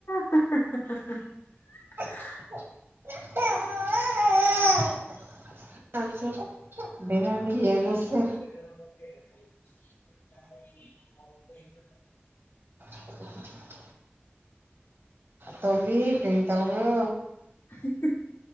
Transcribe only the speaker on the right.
<unintelligible> ꯕꯦꯔꯅꯤ ꯌꯦꯡꯉꯣꯁꯦ
<inaudible> ꯇꯣꯝꯕꯤ ꯀꯔꯤ ꯇꯧꯕ꯭ꯔꯣ